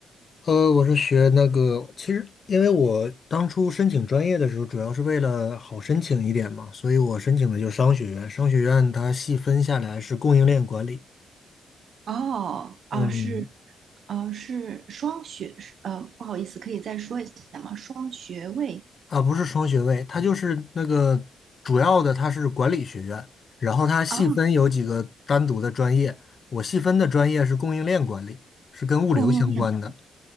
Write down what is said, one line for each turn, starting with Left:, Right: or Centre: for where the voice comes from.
Left: 呃，我是学那个，其实因为我当初申请专业的时候，主要是为了好申请一点嘛，所以我申请的就是商学院。商学院它细分下来是供应链管理，
Right: 哦，
Left: 嗯，
Right: 哦，是，呃，是双学，是呃，不好意思，可以再说一下吗？双学位
Left: 啊，不是双学位，它就是那个主要的，它是管理学院，然后它细分有几个单独的专业，
Right: 啊，
Left: 我细分的专业是供应链管理，是跟物流相关的。
Right: 供应链，